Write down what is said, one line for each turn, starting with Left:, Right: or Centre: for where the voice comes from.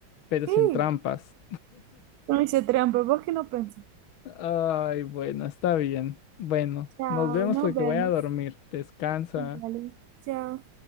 Left: pero
Right: Sí.
Left: sin trampas.
Right: Então, isso é trampa, vou que não pensa.
Left: Ay, bueno, está bien. Bueno,
Right: Tchau,
Left: nos vemos
Right: nos
Left: porque
Right: vemos.
Left: voy a dormir. Descansa.
Right: Vale, tchau.